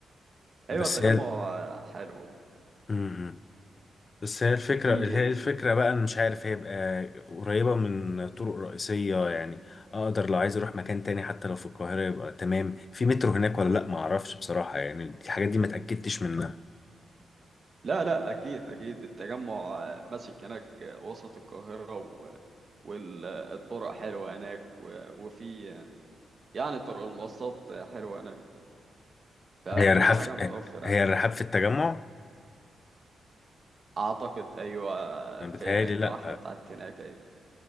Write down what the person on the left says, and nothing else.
بس
هي
م- م. بس هي الفكرة
هي الفكرة بقى أنا مش عارف هيبقى قريبة من طرق رئيسية يعني أقدر لو عايز أروح مكان تاني حتى لو في القاهرة يبقى تمام في مترو هناك ولا لأ معرفش بصراحة يعني الحاجات دي ما اتأكدتش منها
هي الرحاب
في-
هي
الرحاب في التجمع؟
أنا
بتهيألي
لأ